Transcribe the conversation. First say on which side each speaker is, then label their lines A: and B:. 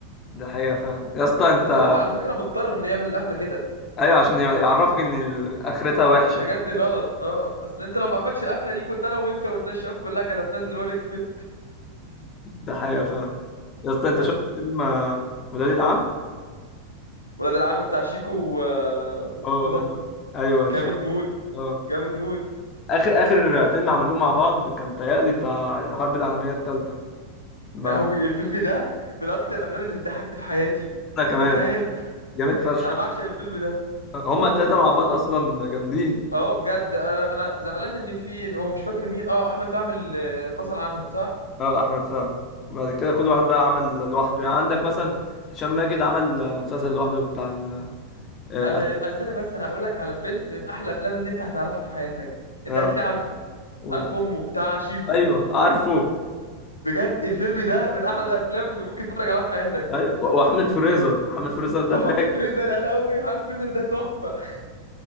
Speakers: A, on the left; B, on the left.
A: ده حقيقة فعلا يا اسطى انت
B: بس هو على فكره مضطر انه يعمل القفله كده
A: ايوه عشان يعرفك ان ال- اخرتها وحشة
B: الحاجات دي غلط اه اصل انت لو ما قفلتش القفله دي كنا انا وانت والناس الشباب كلها كانت هتنزل واريك سميث
A: ده حقيقة فعلا يا اسطى
B: اه
A: انت شفت فيلم آه، ولاد العم
B: ولاد العم بتاع شيكو و... واسمه
A: اه
B: ده
A: هم- ايوه هشام
B: جامد موت
A: اه
B: جامد موت
A: اخر اخر فيلم عملوه مع بعض كان تهيألي بتاع الحرب العالمية التالتة مع
B: يعني هو الفيلم ده من اكتر الافلام اللي بتضحكني في حياتي
A: انا كمان
B: في حياتي
A: جامد فشخ
B: انا بعشق الفيلم ده
A: هما التلاتة مع بعض اصلا جامدين
B: اه بجد انا انا زعلان ان في إن هو مش فاكر مين اه احمد فهمي اللي فصل عنهم صح
A: اه احمد فهمي وبعد كده كل واحد بقى عمل لوحده يعني عندك مثلا هشام ماجد عمل مسلسل لوحده بتاع ال- آه،
B: انا استنى بس انا هقول لك على فيلم من احلى الافلام اللي انت هتعرفها في حياتك انت
A: اه
B: اكيد عارفه
A: قول
B: قلب امه بتاع شيكو
A: ايوه عارفه
B: بجد الفيلم ده من احلى الافلام اللي ممكن تتفرج عليها في حياتك
A: ايوه و- وحملة فريزر حملة فريزر ده
B: وحملة
A: فاكر
B: فريزر يا قوي حملة فريزر ده تحفه